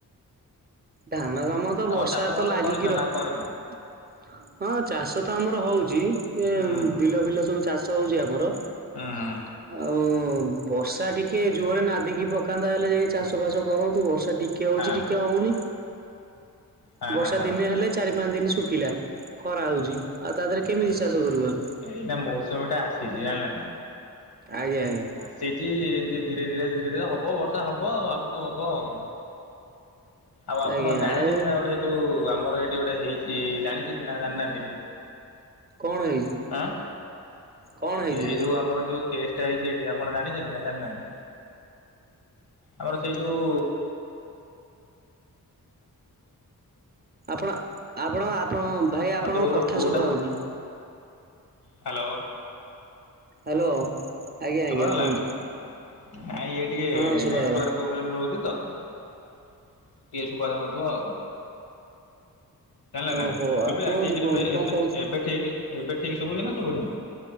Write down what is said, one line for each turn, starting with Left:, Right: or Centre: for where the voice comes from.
Right: ଧାନ କାମ ତ
Left: ତମର
Right: ବର୍ଷା
Left: ଚାଷ ବାସ
Right: ତ ଲାଗିକି
Left: କରିଛ
Right: ରହୁ
Left: ନା କରିନ?
Right: ହଁ ଚାଷ ତ ଆମର ହଉଛି। ଏଁ
Left: ହୁଁ
Right: ବିଲ ଫିଲ ସବୁ ଚାଷ ହଉଛି ଆମର
Left: ହାଁ
Right: ଆଉଁ ବର୍ଷା ଟିକେ ଜୋରେ ନାଦିକି ପକାନ୍ତା ହେଲେ ଏଇ ଯାଇକି ଚାଷ ବାସ କରନ୍ତୁ ବର୍ଷା ଟିକେ ଟିକେ ହଉଛି
Left: ହଁ
Right: ଟିକେ ହଉନି
Left: ହଁ
Right: ବର୍ଷା
Left: ହଁ ହଁ।
Right: ଦିନେ ହେଲେ ଚାରି ପାଞ୍ଚ ଦିନ ଶୁଖିଲା ଖରା ହଉଛି ଆଉ ତା ଦେହରେ କେମିତି ଚାଷ କରିବୁ ଆମେ
Left: ଏଇଟା ମୌସୁମୀ ଟା ଆସିଛି। ଜାଣିଲେ ନାଁ
Right: ଆଜ୍ଞା ଆଜ୍ଞା।
Left: ସେଇଠି ଏମିତି ଧୀରେ ଧୀରେ ଧୀରେ ଧୀରେ ହବ ବର୍ଷା ହବ ଆଉ ଆଗକୁ ହବ ଆଉ। ଆଉ ଆପଣ
Right: ଆଜ୍ଞା
Left: ଜାଣିଛନ୍ତି
Right: ଆଉ
Left: ନାଁ ଗୋଟେ ଯୋଉଁ ଆମର ଏଇଠି ଗୋଟେ ହେଇଛି ଜାଣିଛନ୍ତି। ନାଁ ଜାଣିନାହାନ୍ତି?
Right: କଣ ହେଇଛି
Left: ଆଁ।
Right: କଣ ହେଇଛି
Left: ଏଇ ଯୋଉଁ ଆମର ଯୋଉଁ କେସ୍ ଟା ହେଇଛି ଏଠି ଆପଣ ଜାଣିଛନ୍ତି ନାଁ ଜାଣିନାହାନ୍ତି ଆମର ସେଇ ଯୋଉଁ
Right: ଆପଣ ଆପଣ ଆପଣ ଭାଇ
Left: ମୋର
Right: ଆପଣଙ୍କ
Left: ଯୋଉ ଗୋଟେ
Right: କଥା
Left: ପୁଅଟାକୁ
Right: ଶୁଭାହେଉନି?
Left: ହ୍ୟାଲୋ।
Right: ହ୍ୟାଲୋ। ଆଜ୍ଞା ଆଜ୍ଞା
Left: ଶୁଭା ଗଲା।
Right: କୁହନ୍ତୁ
Left: ନାଇଁ ଇଏ ଟିକେ
Right: ହଁ ଶୁଭାଗଲା
Left: ନେଟୱାର୍କ ପ୍ରୋବ୍ଲେ ପ୍ରୋବ୍ଲେମ ରହୁଛି ତ ଟିକେ ଶୁଭା ଯାଉନଥିବ ଆଉ। ଜାଣିଲେ
Right: ଓହୋ
Left: ନାଁ
Right: ଆଉ
Left: ଶୁଭିଲା
Right: କୁହନ୍ତୁ
Left: ଠିଁକ
Right: କୁହନ୍ତୁ
Left: ଏବେ
Right: କଣ
Left: ଏବେ
Right: କହୁ
Left: ଏବେ ଠିଁକି ଏବେ ଠିଁକ ଶୁଭୁଛି ନାଁ ଶୁଭୁନି?